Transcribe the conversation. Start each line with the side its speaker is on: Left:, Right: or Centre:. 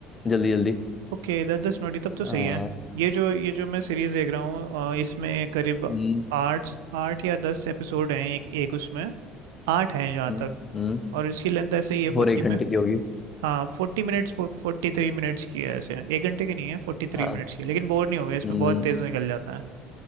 Left: जल्दी जल्दी
Right: ओके दस दस मिनट ही, तब तो
Left: आ,
Right: सही है ये जो ये जो मैं सीरीज देख रहा हूँ अ, इसमें करीब
Left: हम्म,
Right: आठ आठ या दस एपिसोड हैं एक एक उसमें आठ हैं जहाँ
Left: हम्म,
Right: तक
Left: हम्म,
Right: और इसकी लेंथ ऐसे ही है फोर्टी
Left: और एक घंटे
Right: में
Left: की होगी
Right: हाँ फोर्टी मिनट्स फोर्टी थ्री मिनट्स की है ऐसे एक घंटे की नहीं है फोर्टी थ्री
Left: आ,
Right: मिनट्स की लेकिन बोर नहीं हो गया इसमें
Left: हम्म,
Right: बहुत तेज निकल जाता है